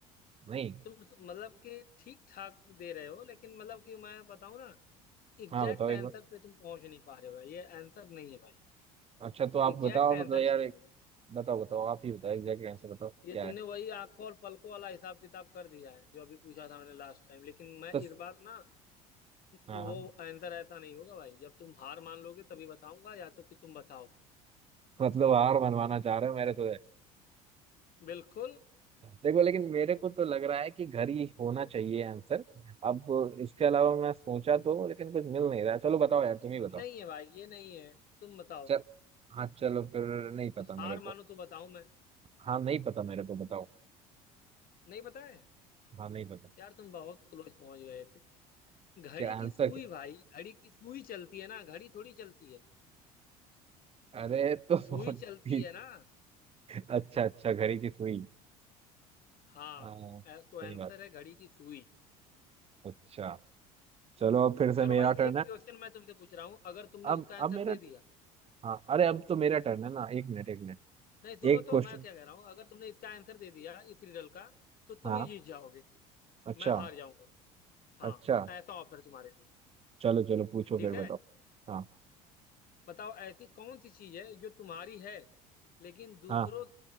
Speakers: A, on the right; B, on the left.
A: नहीं
B: तुम स- मतलब कि ठीक ठाक दे रहे हो लेकिन मतलब कि मैं बताऊँ ना एग्जैक्ट
A: हाँ बताओ एक
B: आंसर
A: बार
B: पे तुम पहुंच नहीं पा रहे हो भाई ये आंसर नहीं है भाई
A: अच्छा तो आप
B: एग्जैक्ट
A: बताओ मतलब
B: आंसर
A: यार
B: चाहिए
A: एक
B: मुझे
A: बताओ बताओ आप ही बताओ एग्जैक्ट आंसर बताओ
B: ये
A: क्या
B: तुमने
A: है
B: वही आंखों और पलकों वाला हिसाब किताब कर दिया है जो अभी पूछा था मैंने लास्ट टाइम लेकिन मैं
A: तो
B: इस बार ना
A: हाँ
B: वो
A: हाँ,
B: आंसर ऐसा नहीं होगा भाई जब तुम हार मान लोगे तभी बताऊंगा या तो फिर तुम बताओ
A: मतलब हार मनवाना चाह रहे हो मेरे तो
B: बिल्कुल
A: देखो लेकिन मेरे को तो लग रहा है कि घर ही होना चाहिए आंसर अब इसके अलावा मैं सोचा तो लेकिन कुछ मिल नहीं रहा है चलो बताओ यार तुम ही बताओ
B: नहीं है भाई ये नहीं है तुम बताओ
A: चल हाँ चलो फिर नहीं पता
B: हार
A: मेरे को
B: मानो तो बताऊं मैं
A: हाँ नहीं पता मेरे को बताओ
B: नहीं पता है
A: हाँ नहीं पता
B: यार तुम बहुत क्लोज पहुंच गए थे घड़ी
A: क्या आंसर
B: की सुई
A: क्या
B: भाई घड़ी की सुई चलती है ना घड़ी थोड़ी चलती है
A: अरे तो
B: सुई
A: <laughs> ठीक
B: चलती है ना
A: अच्छा अच्छा घड़ी की सुई
B: हाँ
A: हाँ सही
B: अ, तो आंसर
A: बात
B: है घड़ी की सुई
A: अच्छा चलो अब फिर से
B: चलो
A: मेरा
B: भाई एक
A: टर्न है
B: क्वेश्चन मैं तुमसे पूछ रहा हूँ अगर तुमने
A: अब
B: उसका आंसर
A: अब मेरा
B: दे दिया
A: हाँ अरे अब तो मेरा टर्न है ना एक मिनट एक मिनट
B: नहीं सुनो
A: एक
B: तो
A: क्वेश्चन
B: मैं क्या कह रहा हूँ अगर तुमने इसका आंसर दे दिया इस रिडल का तो तुम
A: हाँ
B: ही जीत जाओगे
A: अच्छा
B: मैं हार जाऊंगा हाँ
A: अच्छा
B: ऐसा ऑफर तुम्हारे लिए
A: चलो चलो पूछो
B: ठीक
A: फिर बताओ
B: है
A: हाँ
B: बताओ ऐसी कौन सी चीज है जो तुम्हारी है लेकिन दूसरों
A: हाँ